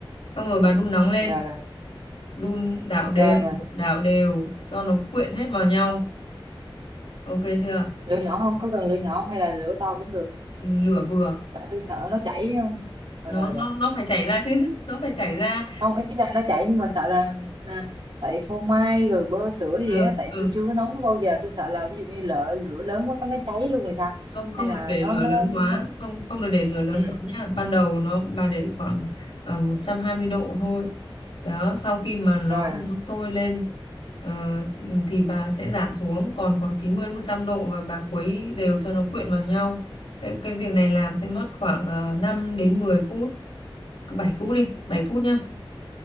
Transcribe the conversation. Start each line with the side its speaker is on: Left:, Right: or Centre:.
Left: xong rồi bà đun nóng lên
Right: rồi rồi
Left: đun đảo đều
Right: rồi rồi
Left: đảo đều cho nó quyện hết vào nhau ok chưa
Right: lửa nhỏ không có cần lửa nhỏ không hay là lửa to cũng được
Left: Ừ, lửa vừa
Right: tại tôi sợ nó chảy ấy không
Left: nó
Right: rồi, rồi,
Left: nó
Right: rồi.
Left: nó phải chảy ra chứ <laughs> nó phải chảy ra
Right: không ý là nó chảy nhưng mà sợ là mình à, tại phô mai rồi bơ sữa gì
Left: ừ,
Right: á tại
Left: ừ.
Right: tôi chưa có nấu nó bao giờ tôi sợ là ví dụ như lỡ lửa lớn quá có nó cháy luôn rồi sao
Left: không không
Right: hay là
Left: được để
Right: nó
Left: lửa
Right: nó,
Left: lớn quá
Right: nó...
Left: không không được để lửa lớn
Right: ừ
Left: quá nha ban đầu nó bà để khoảng ờ, 120 độ thôi đó sau khi mà nó
Right: rồi rồi.
Left: nó sôi lên ờ, thì bà sẽ giảm xuống còn khoảng chín mươi đến một trăm độ và bà khuấy đều cho nó quyện vào nhau cái cái việc này làm sẽ mất khoảng uh, 5 đến mười phút cứ 7 phút đi 7 phút nhá